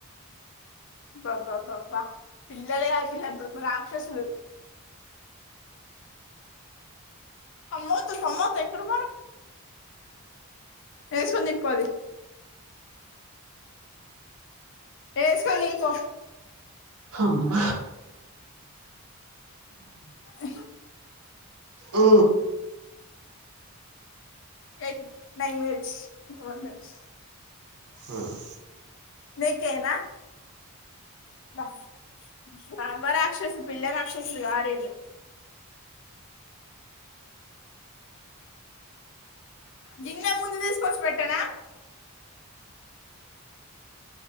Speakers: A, on the left; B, on the right.
A: బాబ్బా బాబ్బా పిల్లలు కాదు బ్రహ్మ రాక్షసులు టమోటా టమోట ఎక్కడ పోన వేసుకొని తినుపో అది ఏ స్కోన్తిను పో
B: అమ్మ
A: అ
B: ఊ
A: ఎట్ నైన్ మనిట్స్ ఇంకా వన్ మినిట్
B: హ్మ్
A: మీకేనా బ్రహ్మ రాక్షసుడు పిల్ల రాక్షసలు కాదీళ్ళు గిన్నెలో ముందు తీసుకొచ్చి పెట్టరా